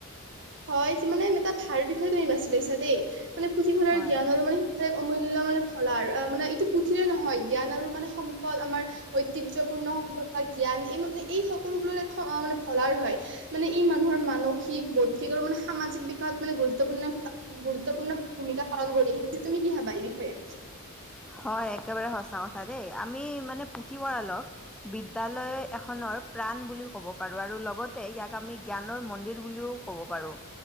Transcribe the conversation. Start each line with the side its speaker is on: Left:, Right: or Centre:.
Right: হয় মানে এটা ভাল বিষয়ে তুমি বাচি লৈছা দেই মানে পুথিভৰালৰ
Centre: হয়
Right: জ্ঞান আৰু মানে ত অমূল্যয় মানে ভলাৰ অ মানে এইটো পুথিৰেই নহয় জ্ঞান আৰু মানে সম্পদ আমাৰ ঐতিহ্যপূৰ্ণ সম্পদ। বা জ্ঞান এই এই সকলোবোৰৰ মানে ভলাৰ হয় মানে ই মানুহৰ মানসিক ব কি মানে সামাজিক বিকাশত মানে গুৰুত্বপূৰ্ণ গুৰুত্বপূৰ্ণ ভূমিকা পালন কৰি সেইটো তুমি কি ভাবা এই বিষয়ে?
Centre: হয় একেবাৰে সঁচা কথা দেই আমি মানে পুথিভঁৰালক বিদ্যালয় এখনৰ প্ৰাণ বুলি ক'ব পাৰোঁ আৰু লগতে ইয়াক আমি জ্ঞানৰ মন্দিৰ বুলিও কব পাৰো